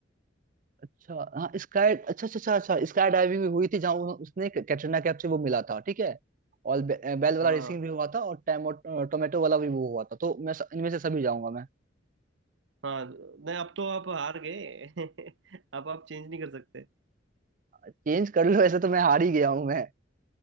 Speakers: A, on the right; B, on the right.
A: अच्छा हाँ स्काई अच्छा अच्छा अच्छा अच्छा स्काई डाइविंग भी हुई थी जहाँ उन्हों- उसने कैटरीना कैफ से वो मिला था ठीक है और बे, बेल वाला
B: हाँ
A: रेसिंग भी हुआ था और टैमो टोमेटो वाला भी वो हुआ था तो मैं स- इनमें से सभी जाऊंगा मैं
B: हाँ नहीं अब तो आप हार गए <laughs> अब आप चेंज नहीं कर सकते
A: चेंज कर लो ऐसे तो मैं हार ही गया हूँ मैं